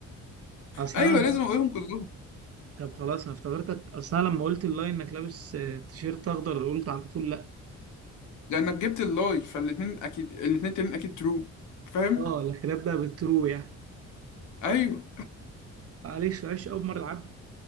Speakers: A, on the right; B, on the left.
A: اصلا
B: ايوه
A: انا
B: لازم اقولهم كلهم
A: طب خلاص انا افتكرتك اصلا لما قلت اللاين انك لابس آه، تيشيرت اخضر قلت على طول لا
B: لانك جبت اللاي فالاتنين اكيد الاتنين التانيين اكيد ترو فاهم
A: اه لكن ابدا بالترو يعني
B: ايوه
A: معلش معلش اول مره العبها